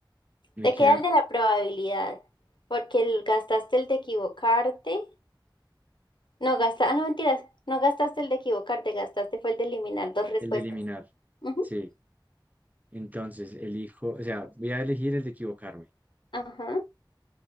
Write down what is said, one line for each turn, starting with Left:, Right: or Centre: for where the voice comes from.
Right: Me
Left: Te
Right: queda
Left: queda el de la probabilidad porque el- gastaste el de equivocarte No gasta, ah, no mentiras, no gastaste el de equivocarte, gastaste fue el de eliminar dos respuestas.
Right: el de eliminar.
Left: Ujú,
Right: Sí, entonces, elijo, o sea, voy a elegir el de equivocarme.
Left: Ajá.